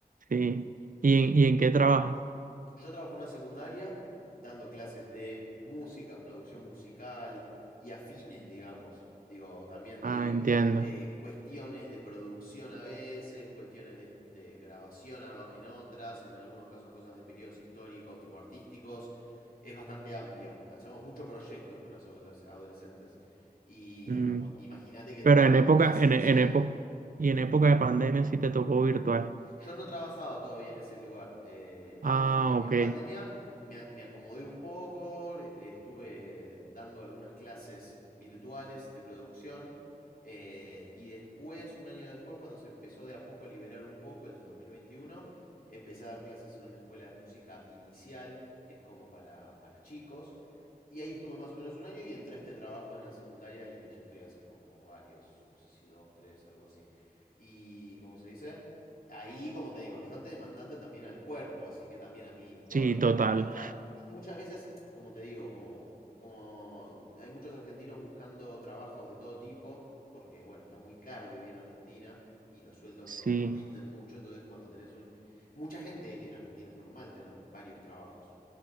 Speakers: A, on the right; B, on the left.
A: sí. ¿Y en, y en qué trabajas?
B: Yo trabajo en una secundaria dando clases de música, producción musical y afines, digamos. Digo, también doy
A: Ah, entiendo.
B: eh, cuestiones de producción a veces, cuestiones de, de grabación a- en otras, en algunos casos cosas de periodos históricos, tipo artísticos. Es bastante amplio. Hacemos muchos proyectos con las adoles- adolescentes. Y
A: Mm,
B: como imagínate que
A: Pero
B: trabajar
A: en época,
B: presencial.
A: en, en época, y en época de pandemia sí te tocó virtual.
B: Yo no trabajaba todavía en ese lugar eh, en
A: Ah,
B: pandemia. En
A: ok,
B: pandemia me, a- me acomodé un poco, le- le estuve dando algunas clases virtuales de producción eh, y después, un año después, cuando se empezó de a poco a liberar un poco en el 2021 empecé a dar clases en una escuela de música inicial, que es como para, para chicos. Y ahí estuve más o menos un año y entré a este trabajo en la secundaria en el que ya estoy hace como varios, no sé si dos, tres, algo así. Y, ¿cómo se dice? Ahí, como te digo, es bastante demandante también al cuerpo, así que también a mí todo
A: sí,
B: lo que
A: total,
B: es Mm. tra- Muchas veces, como te digo, como, como hay muchos argentinos buscando trabajos de todo tipo, porque bueno, está muy caro vivir en Argentina y los sueldos
A: sí,
B: no, no rinden mucho, entonces cuando tenés un... Mucha gente en Argentina es normal tener varios trabajos.